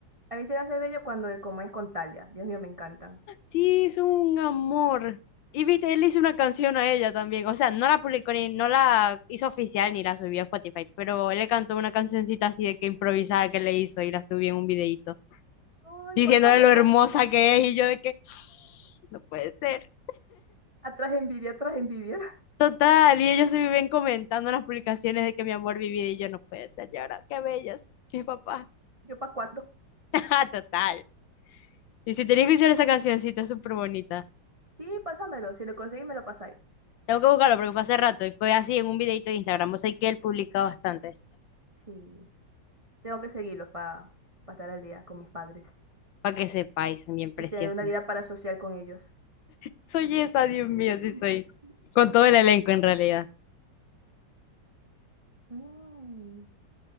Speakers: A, on the right; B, on the left.
A: A mí se me hace bello cuando es como es con Talia. Dios mío, me encantan.
B: Sí, es un amor. Y viste, él hizo una canción a ella también. O sea, no la publicó ni, no la hizo oficial ni la subió a Spotify, pero él le cantó una cancioncita así de que improvisada que le hizo y la subió en un videíto.
A: Ay,
B: diciéndole
A: pásamelo.
B: lo hermosa que es y yo de que <sighs> no puede ser.
A: Atrás envidia, atrás envidia.
B: Total, y ellos se viven comentando en las publicaciones de que mi amor vivía y yo no puede ser, y ahora qué bellos, mi papá.
A: <laughs> ¿Yo pa' cuánto?
B: <laughs> Total. Y si tenés
A: Mm,
B: que escuchar esa cancioncita, es súper bonita.
A: Sí, pásamelo. Si lo conseguís, me lo pasáis.
B: Tengo que buscarlo porque fue hace rato y fue así en un videito de Instagram. O sea, que él publica bastante.
A: Sí. Tengo que seguirlo para estar al día con mis padres.
B: Para que sepáis, son bien preciosos.
A: y tener una vida parasocial con ellos.
B: Soy esa, Dios mío,
A: <laughs>
B: sí soy. Con todo el elenco en realidad.
A: Mm.